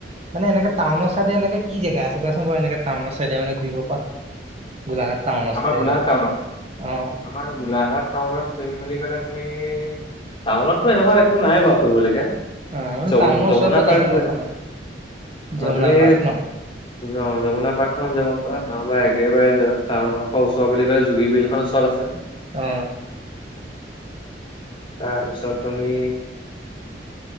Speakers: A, on the right (about 35°); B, on the left (about 30°).
A: মানে এনেকে টাউনৰ চাইডে এনেকে কি জেগা আছে কোৱাচোন বাৰু এনেকে টাউনৰ চাইডে মানে ঘূৰিব পৰা? গোলাঘাট টাউনৰ
B: আমাৰ
A: চাইডে
B: গোলাঘাট
A: ৰহা
B: টাউনত,
A: অ
B: আমাৰ গোলাঘাট টাউনত ফুৰিম বুলি ক'লে তুমি টাউনততো এনেকুৱা একো নাই বাৰু ফুৰিবলগীয়া
A: অ মানে
B: যমু
A: টাউনৰ
B: যমুনা
A: ওচৰে পাজৰে
B: পাৰ্ক
A: মানে
B: বো
A: অকমান
B: অ
A: যমুনা
B: তুমি
A: পাৰ্ক ন
B: অ যমুনা পাৰ্কখন যাব পৰা। নহমাৰ একেবাৰে টাউন পৰা ওচৰ বুলি কলে জোগী বিল খনৰ ওচৰত আছে
A: অ
B: তাৰ পিছত তুমি